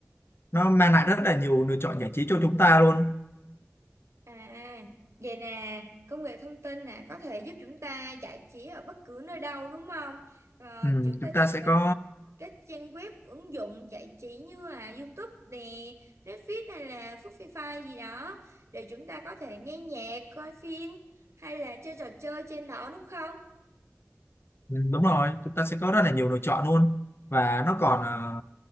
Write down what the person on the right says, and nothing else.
À, vậy nè, công nghệ thông tin nè, có thể giúp chúng ta giải trí ở bất cứ nơi đâu đúng không? Ờ,
chúng ta
chỉ
cần
các trang web, ứng dụng giải trí như là YouTube nè, Netflix hay là Spotify gì đó để chúng ta có thể nghe nhạc, coi phim hay là chơi trò chơi trên đó đúng không?